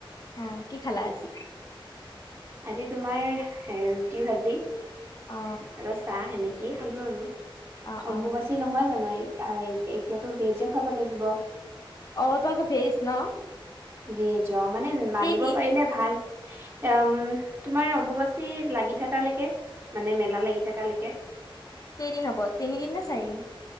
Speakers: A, on the left; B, on the right.
A: অ' কি খালা আজি?
B: আজি তোমাৰ এ! ৰুটি ভাজি। আৰু
A: অ
B: চাহ সেনেকে। এই খালো আৰু।
A: অ
B: অম্বুবাচী
A: অ
B: নহয় জানো এই। অ'হ এতিয়াতো ভেজে খাব লাগিব।
A: অ'হ তই আকৌ ভেজ ন?
B: ভেজ জ মানে মানিব
A: কেইদিন
B: পাৰিলে ভাল। এ! উ'ম তোমাৰ অম্বুবাচী লাগি থাকালৈকে। মানে মেলা লাগি থাকালৈকে।
A: কেইদিন হ'ব, তিনিদিন নে চাৰিদিন।